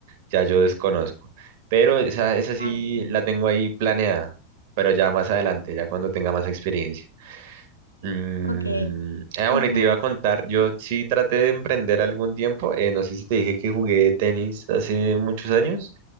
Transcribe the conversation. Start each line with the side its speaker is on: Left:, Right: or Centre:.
Right: ya yo desconozco. Pero esa, esa sí
Left: Ah, bueno.
Right: la tengo ahí planeada, pero ya más adelante, ya cuando tenga más experiencia. Mm,
Left: Ok.
Right: ah, bueno,
Left: ujú.
Right: y te iba a contar, yo sí traté de emprender algún tiempo, eh, no sé si te dije que jugué tenis hace muchos años,